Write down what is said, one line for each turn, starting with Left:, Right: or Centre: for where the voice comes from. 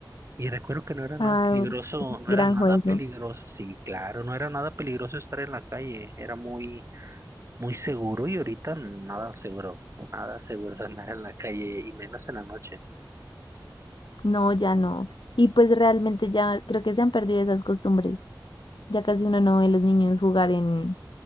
Right: Y recuerdo que no era nada
Left: ah,
Right: peligroso,
Left: sí,
Right: no
Left: gran
Right: era nada
Left: juego.
Right: peligroso, sí, claro, no era nada peligroso estar en la calle, era muy muy seguro y ahorita nada seguro, nada seguro de andar en la calle y menos en la noche.
Left: No, ya no. Y pues realmente ya creo que se han perdido esas costumbres. Ya casi uno no ve a los niños jugar en